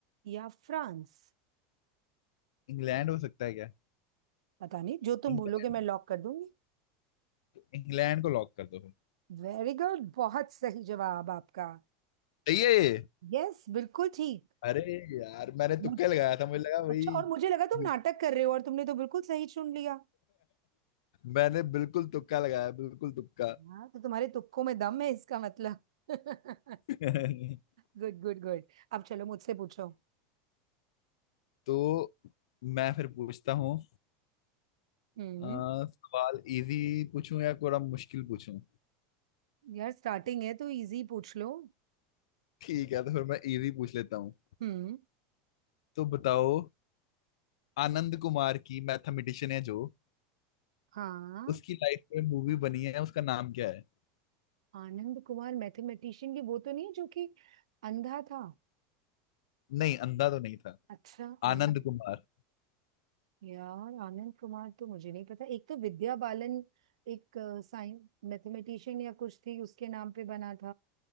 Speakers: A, on the right; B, on the left.
A: या फ्रांस
B: इंग्लैंड हो सकता है क्या
A: पता नहीं जो तुम
B: इंग्लैंड
A: बोलोगे मैं लॉक कर दूंगी
B: इंग्लैंड को लॉक कर दो फिर।
A: वेरी गुड बहुत सही जवाब आपका
B: सही है ये
A: यस बिल्कुल ठीक
B: अरे यार मैंने तुक्का
A: मुझ
B: लगाया था मुझे लगा वही
A: अच्छा और मुझे लगा तुम
B: <laughs>
A: नाटक कर रहे हो और तुमने तो बिल्कुल सही चुन लिया
B: मैंने बिल्कुल तुक्का लगाया बिल्कुल तुक्का
A: हाँ तो तुम्हारे तुक्कों में दम है इसका मतलब <laughs>
B: <laughs> ठीक
A: Good good good अब चलो मुझसे पूछो
B: तो मैं फिर पूछता हूँ
A: हम्म
B: अ, सवाल इजी पूछूं या थोड़ा मुश्किल पूछूं
A: यार स्टार्टिंग है तो इजी पूछ लो
B: ठीक है तो फिर मैं इजी पूछ लेता हूँ
A: हम्म
B: तो बताओ आनंद कुमार की मैथमेटिशियन है जो
A: हाँ
B: उसकी लाइफ में मूवी बनी है उसका नाम क्या है
A: आनंद कुमार मैथमेटिशियन की वो तो नहीं है जो कि अंधा था
B: नहीं अंधा तो नहीं था
A: अच्छा
B: आनंद
A: आन
B: कुमार
A: यार आनंद कुमार तो मुझे नहीं पता एक तो विद्या बालन एक साइंस मैथमेटिशियन या कुछ थी उसके नाम पे बना